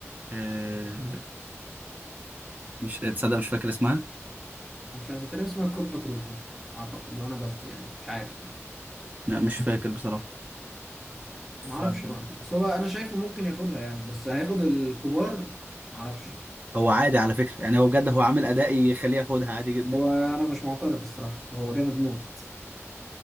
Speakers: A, on the right; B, in the centre.
A: أه... مش تصدق مش فاكر اسمها
B: انا مش عارف تقريبا اسمها الكوبا تروفي اعتقد لو انا بفتي يعني مش عارف
A: لا مش فاكر بصراحه
B: ما اعرفش
A: فهو
B: بقى بس هو انا شايفه ممكن ياخدها يعني بس هياخد الكبار ما اعرفش
A: عادي على فكرة يعني هو بجد هو عامل أداء يخليه ياخدها عادي جدا
B: هو انا مش معترض الصراحه هو جامد موت